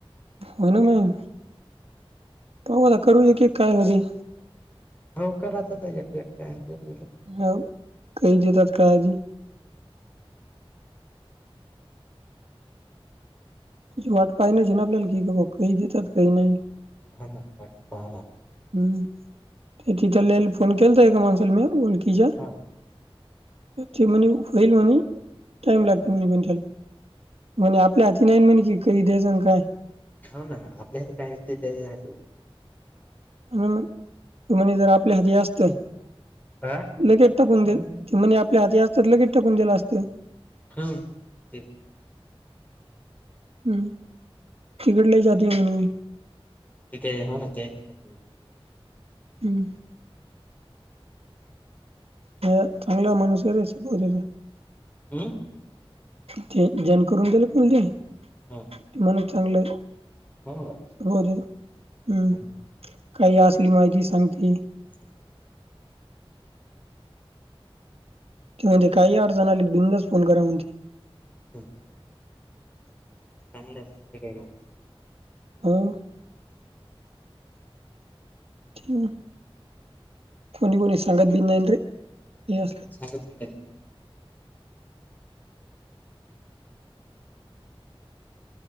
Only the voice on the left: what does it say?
मंग कराच त एकेक काय <unintelligible>
हा ना वाट पाहा
हा
हौ ना. आपल्या हातात काय नसते. <unintelligible>
हा
हो
हम्म, ते
<unintelligible>
हम्म
हा
हो
हम्म
अच्छा!
हम चांगलंय <unintelligible>
सांगत बी नायत